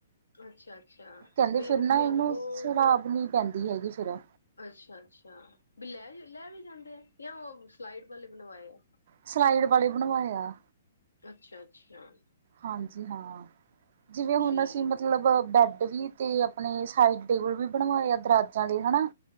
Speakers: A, on the left; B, on the right.
A: ਅੱਛਾ ਅੱਛਾ
B: ਕੈਂਦੀ
A: ਵੀ
B: ਫੇਰ ਨਾ ਐਨੂੰ
A: ਉਹ
B: ਸਲਾਬ ਨੀ ਪੈਂਦੀ ਹੈਗੀ ਫੇਰ ਐ।
A: ਅੱਛਾ-ਅੱਛਾ ਬੀ ਲੈ, ਲੈ ਵੀ ਜਾਂਦੇ ਐ ਯਾ ਓ ਸਲਾਈਡ ਵੱਲੇ ਬਣਵਾਏ ਐ।
B: ਸਲਾਈਡ ਵਾਲੇ ਬਣਵਾਏ ਆ।
A: ਅੱਛਾ-ਅੱਛਾ
B: ਹਾਂਜੀ ਹਾਂ, ਜਿਵੇ ਹੁਨ
A: ਠੀਕ
B: ਅਸੀ ਮਤਲਬ ਬੈਡ ਵੀ ਤੇ ਅਪਣੇ ਸਾਈਡ ਟੇਬਲ ਵੀ ਬਣਵਾਏ ਆ ਦਰਾਜਾ ਅਲੇ ਹਣਾ